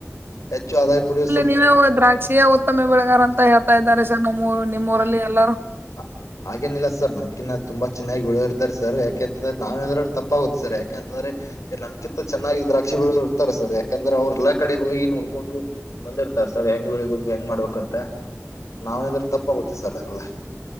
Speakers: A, on the left; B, on the right.
A: ಹೆಚ್ಚು ಆದಾಯ ಪೂರಿತ
B: ನೀವ ದ್ರಾಕ್ಷಿಯ ಉತ್ತಮ ಬೆಳೆಗಾರ ಅಂತ ಹೇಳ್ತಾ ಇದ್ದಾರೆ ಸರ್ ನಮ್ರ್ ನಿಮ್ಮ ಊರಲ್ಲಿ ಎಲ್ಲಾರೂ
A: ಹ ಹಾಗೇನಿಲ್ಲ ಸರ್ ನಮ್ಕಿನ್ನ ತುಂಬಾ ಚೆನ್ನಾಗಿ ಬೆಳೋರ್ತಾರೆ ಸರ್ ಯಾಕೆಂತಂದ್ರೆ ನಾವೇಂದ್ರರು ತಪ್ಪಾಗೋಗುತ್ತೆ ಸರ್ ಯಾಕೆಂತಂದ್ರೆ ನಮ್ ಕಿಂತ ಚೆನ್ನಿದ್ರಾಕ್ಷಿ ಬೆಳಿಯೋರು ಇರ್ತಾರೆ ಸರ್ ಯಾಕಂದ್ರೆ ಅವ್ರ ಎಲ್ಲ ಕಡೆ ಹೋಗಿ ನೋಡ್ಕೊಂಡು ಬಂದಿರ್ತಾರೆ ಸರ್ ಹೆಂಗ್ ಬೆಳಿಬೇಕು ಹೆಂಗ್ ಮಾಡ್ಬೇಕಂತ ನಾವೇಂದ್ರೆ ತಪ್ಪಾಗುತ್ತೆ ಸರ್ ಅಲ್ಲ